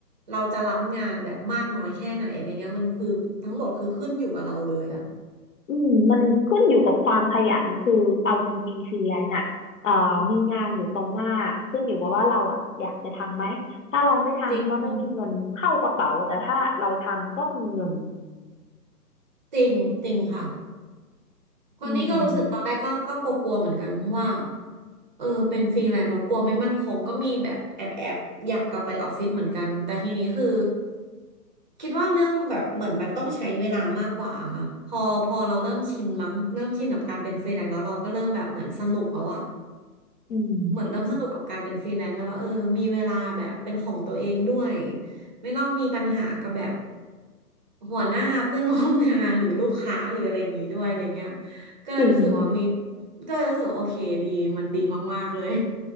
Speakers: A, on the right; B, on the left.
A: เราจะรับงานแบบมากน้อยแค่ไหนอะไรเงี้ยมันคือทั้งหมดคือขึ้นอยู่กับเราเลยอะ
B: อืมมันขึ้นอยู่กับความขยันคือเอาจริงๆฟรีแลนซ์อ่ะเอ่อมีงานอยู่ตรงหน้า ขึ้นอยู่กับว่าเราอ่ะอยากจะทำไหม ถ้าเราไม่ทำก็ไม่มีเงินเข้ากระเป๋า
A: จริง
B: แต่ถ้าเราทำก็มีเงิน
A: จริงจริงค่ะ ตอนนี้ก็รู้สึกตอนแรกก็ก็กลัวๆเหมือนกันเพราะว่า
B: อืม
A: เออเป็นฟรีแลนซ์เรากลัวไม่มั่นคงก็มีแบบแอบแอบอยากกลับไปออฟฟิศเหมือนกันแต่ทีนี้คือคิดว่าเรื่องแบบเหมือนมันต้องใช้เวลามากกว่าค่ะพอพอเราเริ่มชินมั้งเริ่มชินกับการเป็นฟรีแลนซ์แล้วเราก็เริ่มแบบเหมือนสนุกแล้วอะ
B: อืม
A: เหมือนเริ่มสนุกกับการเป็นฟรีแลนซ์แล้วว่าเออมีเวลาแบบเป็นของตัวเองด้วยไม่ต้องมีปัญหากับแบบ หัวหน้าเพื่อนร่วมงานหรือลูกค้าหรืออะไรอย่างนี้ด้วยอะไรเงี้ยก็เลยรู้สึกว่ามี
B: จริง
A: ก็เลยรู้สึกว่าโอเคดีมันดีมากๆเลย